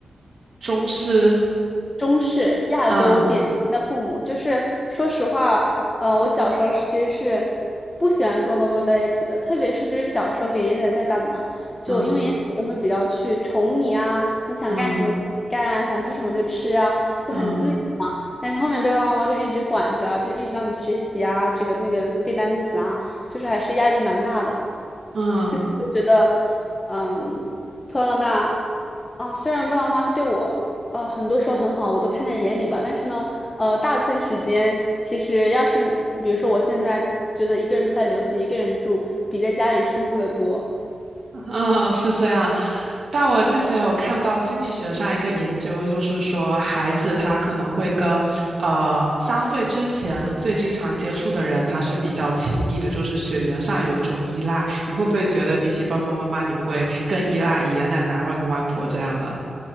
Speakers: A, on the right (about 65°); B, on the left (about 30°).
A: 中式，
B: 中式亚洲典型的父母，
A: 嗯
B: 就是说实话，呃，我小时候其实是不喜欢跟我爸妈在一起的，特别是就是小时候给爷爷奶奶带大的嘛，就因为爷爷奶奶都会比较去宠你啊，
A: 嗯
B: 你想干什么就干啊，
A: 嗯
B: 想吃什么就吃啊，就很自由嘛。
A: 嗯
B: 但是后面被爸爸妈妈就一直管着，就一直让你学习啊，这个那个背单词啊，就是还是压力蛮大的。
A: 嗯
B: 所以我就觉得，嗯，从小到大，啊，虽然爸爸妈妈对我。呃，很多时候很好，我都看在眼里吧。但是呢，呃，大部分时间其实要是，比如说我现在觉得一个人出来留学，一个人住，比在家里舒服的多。
A: 嗯，哦是这样。但我之前有看到心理学上一个研究，就是说孩子他可能会跟呃三岁之前最经常接触的人，他是比较亲密的，就是血缘上有一种依赖。你会不会觉得比起爸爸妈妈，你会更依赖爷爷奶奶、外公外婆这样的？